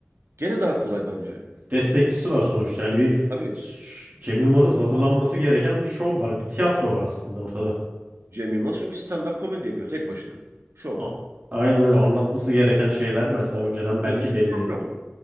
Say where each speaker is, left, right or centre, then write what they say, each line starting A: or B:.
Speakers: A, on the right; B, on the right.
A: gene daha kolay bence.
B: Destekçisi var sonuçta. Yani bir
A: Tabii
B: ş- Cem Yılmaz'ın hazırlanması gereken bir şov var. Bir tiyatro var aslında ortada.
A: Cem Yılmaz çünkü stand-up komedi yapıyor tek başına. Şov.
B: A- Aynen öyle anlatması gereken şeyler mesela önceden
A: Bunlarınki
B: belki belli.
A: program.